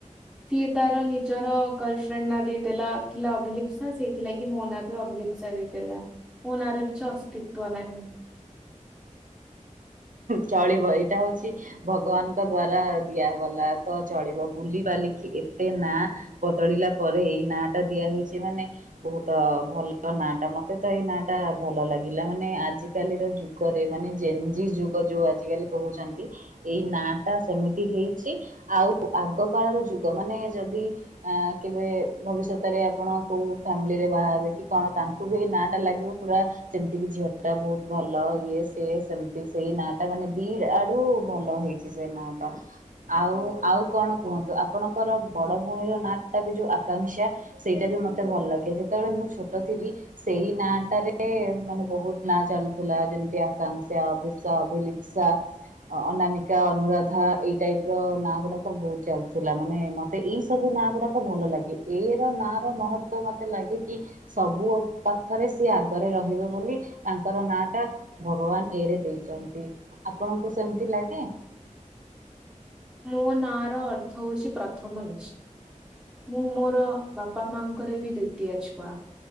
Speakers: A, in the centre; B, on the right.
A: ସିଏ ତାର ନିଜର ଗର୍ଲଫ୍ରେଣ୍ଡ ନାଁ ଦେଇଦେଲା ଥିଲା ଅଭିଲିପ ସାା ସେଇଥିଲା କି ମୋ ନାଁ ବି ଅଭିଲିପ୍ସ। ସଗତଲା ଓ ଆରଗୀଛି ଅସ୍ତିିତବ ନାହିଁ।
B: ଚଳିବ ଏଇଟା ହଉଛି। ଭଗବାନଙ୍କ ଦ୍ଵାରା ଦିଆଗଲା ତ ଚଳିବ ବୁଲି ବାଲିକି ଏତେ ନା ବଦଳିଲା ପରେ ଏଇ ନାଁ ଟା ଦିଆହଇଛି ମାନେ ବହୁତ ଭଲ ନା ଟା ମତେ ତ ଏଇ ନାଁ ଟା ଭଲ ଲାଗିଲା ମାନେ ଆଜିକାଲିର ଯୁ ଯୁଗରେ ମାନେ ଜେନ୍ଜିି ଯୁଗ ଯୋଉ ଆଜିକାଲି କହୁଛନ୍ତି ଏଇ ନାଁ ଟା ସେମିତି ହେଇଛି। ଆଉ ଆଗ କାଳର ଯୁଗ ମାନେ ଯଦି ଆ କେବେ ଭବିଷ୍ୟତରେ ଆପଣ କୋଉ ଫ୍ୟାମିଲିରେ ବାହା ହେବେ କି କଣ ତା ଙ୍କୁ ବି ନାଁ ଟା ଲାଗିବ ପୁରା ଯେମିତି କି ଝିଅ ଟା ବହୁତ ଭଲ ଇଏ ସିଏ ସେମିତି ସେଇ ନାଁ ଟା ମାନେ ଦି ଆଡୁ ଭଲ ହେଇଛି ସେଇ ନା ଟା। ଆଉ ଆଉ କଣ କୁହନ୍ତୁ ଆପଣଙ୍କର ବଡ ଭଉଣୀର ନାଁ ଟା ବି ଯୋଉ ଆକାଂକ୍ଷା ସେଇଟା ବି ମତେ ଭଲ ଲାଗେ ଯେତେବେଳେ ମୁଁ ଛୋଟ ଥିଲି ସେଇ ନାଁ ଟାରେ ମାନେ ବହୁତ ନା ଚାଲୁଥିଲା ଯେମିତି ଆକାଂକ୍ଷା <unintelligible> ଭିଲିପ୍ସା ଅନାମିକା ଅନୁରାଧା ଏଇ ଟାଇପ ର ନାଁ ଗୁଡାକ ବହୁତ ଚାଲୁଥିଲା ମାନେ ମ ତ ଏଇ ସବୁ ନାଁ ଗୁଡାକ ଭଲ ଲାଗେ ଏ ର ନାଁ ର ମହତଵ ମତେ ଲାଗେ କି ସବୁ ପାଖରେ ସିଏ ଆଗରେ ରହିବେ ବୋଲି ତାଙ୍କର ନାଁ ଟା ଭଗବାନ ଏରେ ଦେଇଛନ୍ତି ଆପଣଙ୍କୁ ସେମିତି ଲାଗେ।
A: ମୋ ନାଁ ର ଅର୍ଥ ହଉଛି ପ୍ରଥମ ଇଞ୍ଚ ମୁଁ ମୋର ବାପା ମାଙ୍କର ବି ଦ୍ଵିତୀୟ ଛୁଆ